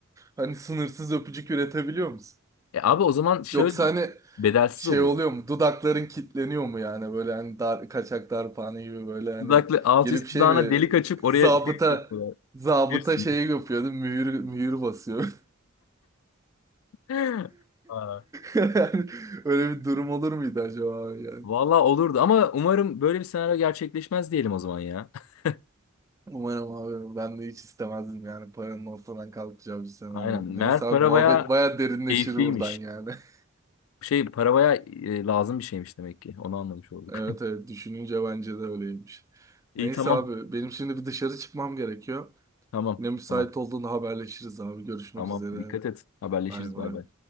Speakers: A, on the right; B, on the left.
A: Hani sınırsız öpücük üretebiliyor musun?
B: E abi o zaman şöyle
A: Yoksa hani
B: bedelsiz
A: şey
B: olur.
A: oluyor mu? Dudakların kilitleniyor mu yani böyle hani dar, kaçak darphane gibi böyle hani
B: Dudaklı alt
A: gelip
B: üst
A: şey
B: dudağına
A: mi
B: delik açıp oraya
A: zabıta
B: şey yapıyorlar.
A: zabıta
B: Piercing.
A: şeyi yapıyordu mühür mühür basıyor. <laughs>
B: <laughs> Aa,
A: Yani Öyle bir durum olur muydu acaba abi yani?
B: Vallahi olurdu ama umarım böyle bir senaryo gerçekleşmez diyelim o zaman ya. <laughs>
A: Umarım abi ben de hiç istemezdim yani paranın ortadan kalkacağı bir senaryo.
B: Aynen. Meğer
A: Neyse abi
B: para
A: muhabbet
B: bayağı
A: baya derinleşir
B: keyifliymiş.
A: buradan yani. <laughs>
B: Şey para bayağı e, lazım bir şeymiş demek ki. Onu anlamış olduk.
A: Evet evet düşününce bence de öyleymiş.
B: <laughs> İyi
A: Neyse
B: tamam.
A: abi benim şimdi bir dışarı çıkmam gerekiyor.
B: Tamam.
A: Yine müsait
B: Tamam.
A: olduğunda haberleşiriz abi. Görüşmek
B: Tamam.
A: üzere.
B: Dikkat et. Haberleşiriz.
A: Bay bay.
B: Bay bay.